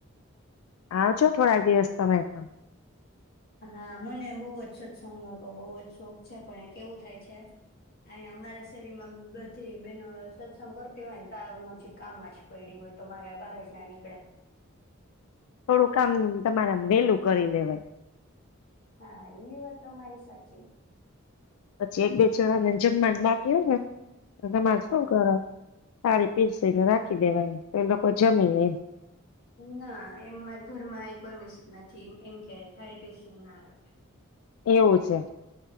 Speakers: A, on the left (about 85°); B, on the left (about 45°).
A: આવ છો થોડાક દિવસ તમે પણ.
B: હા મને બહુ જ સત્સંગ નો તો બહુ જ શોખ છે પણ એ કેવું થાય છે, અહી અમારા શરીરમાં બધી બેનો સત્સંગ કરતી હોય ને તો હું હછી કામમાં જ પડી હોય તો મારે બહાર જ ના નીકળે.
A: થોડું કામ તમારે વેલું કરી લેવાય.
B: હા એ વાતો મારી સાચી.
A: પછી એક બે જણા ને જમવાને બાકી હોય ને. એ મા
B: હા
A: શું કરો? થાળી પીરસીને રાખી દેવાય તો એ લોકો જમી લે એમ.
B: ના એમ મારે ઘરમાં એ પરમિશન નથી. એમ કે થાળી પીરસી ને ના રાખવી.
A: એવું છે.